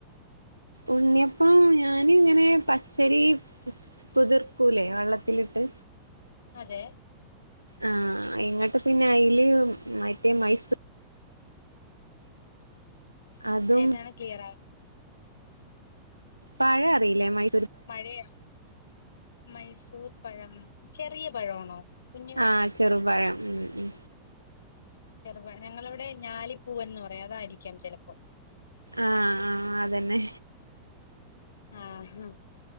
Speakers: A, on the right; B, on the left.
A: ഉണ്ണിയപ്പം ഞാനിങ്ങനെ പച്ചരി കുതിർക്കൂലെ വെള്ളത്തിലിട്ട്
B: അതെ
A: ആഹ് എങ്ങട്ട് പിന്നെ അയ്ല് മറ്റേ മൈസൂ അതും
B: ഏതാണ് ക്ലിയർ ആവ്
A: പഴ അറീലെ മൈ
B: മഴയൊ മൈസൂർ പഴം ചെറിയ പഴാണോ കുഞ്ഞ്
A: ആഹ് ചെറുപഴം ഉം ഉം
B: ചെറുപ്പഴം ഞങ്ങളിവ്ടെ ഞാലിപ്പൂവൻ എന്ന് പറയും അതാരിക്കാം ചിലപ്പോ
A: ആഹ് ആഹ് അതന്നെ
B: ആഹ്